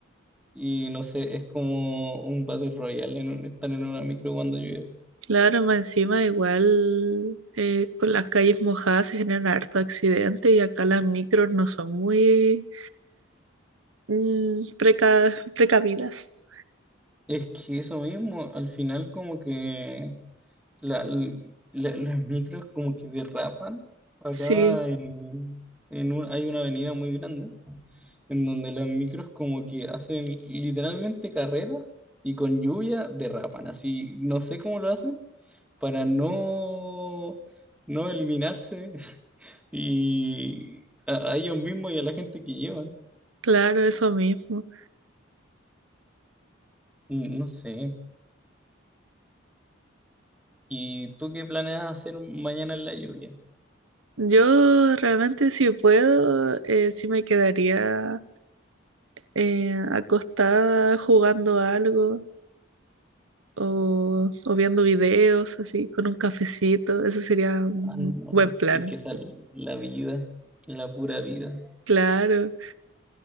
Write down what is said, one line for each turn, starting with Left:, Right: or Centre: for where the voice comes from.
Centre: Y no sé, es como un Battle Royale en- estar en una micro cuando llueve.
Right: claro, más encima igual eh, con las calles mojadas se generan harto accidente y acá las micros no son muy mm, preca- precavidas.
Centre: Es que eso mismo, al final como que La, la- las micros como que derrapan acá
Right: Sí,
Centre: en, en un, hay una avenida muy grande en donde las micros como que hacen literalmente carreras y con lluvia derrapan. Así, no sé cómo lo hacen para no, no eliminarse <laughs> y a, a ellos mismos y a la gente que llevan.
Right: claro, eso mismo.
Centre: Mm, No sé. ¿Y tú qué planeas hacer mañana en la lluvia?
Right: Yo realmente si puedo, eh, sí me quedaría eh, acostada jugando algo o, o viendo videos así con un cafecito. Ese sería un
Centre: Ah, no.
Right: buen plan.
Centre: Es que esa es la vida, la pura vida.
Right: Claro.